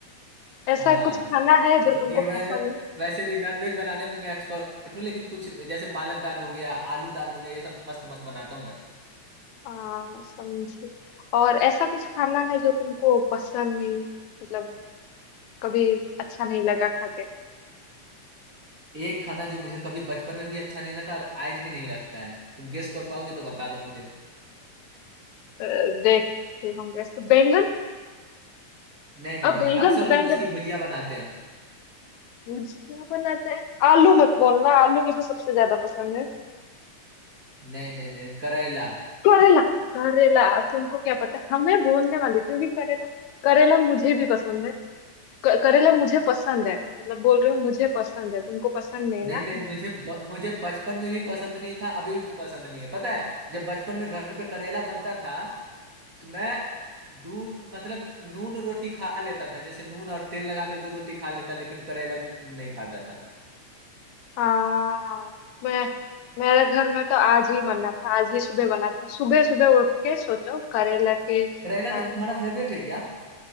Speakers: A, on the left; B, on the right.
A: हैं। ऐसा
B: हाँ
A: कुछ खाना है जो
B: क्योंकि
A: तुमको
B: मैं
A: पसंद
B: वैसे भी नॉनवेज बनाने में मैं एक्सपर्ट हूँ लेकिन कुछ जैसे पालक दाल हो गया आलू दाल हो गया ये सब मस्त मस्त बनाता हूँ मैं
A: आ, समझे और ऐसा कुछ खाना है जो तुमको पसंद नहीं मतलब कभी अच्छा नहीं लगा खा के
B: एक खाना जो मुझे कभी बचपन में भी अच्छा नहीं लगा और आज भी नहीं लगता है तुम गेस कर पाओगे तो बता दो मुझे
A: अ, देखते होंगे इसको बैंगन
B: नहीं नहीं
A: अब बैंगन
B: नहीं अक्सर
A: तो बैंगन
B: लोग उसकी भुजिया बनाते हैं
A: भुजिया बनाते हैं आलू मत बोलना आलू मुझे सबसे ज्यादा पसंद है
B: नहीं नहीं नहीं करेला
A: करेला करेला तुमको क्या पता हमें बोलने वाली थी भी करेला करेला मुझे भी पसंद है क- करेला मुझे पसंद है मतलब बोल रही हूँ मुझे पसंद है तुमको पसंद नहीं
B: नहीं
A: ना
B: नहीं मुझे ब, मुझे बचपन में भी पसंद नहीं था अभी भी पसंद नहीं है पता है जब बचपन में घर पे करेला बनता था तो मैं दूध मतलब नून रोटी खा लेता था जैसे नून और तेल लगा करके रोटी खा लेता लेकिन करेला की नहीं खाता था
A: हाँ मैं मेरे घर में तो आज ही बना था आज ही सुबह बना था सुबह सुबह उठ के सोचो करेला के
B: करेला
A: हाँ,
B: तुम्हारा फेवरेट है क्या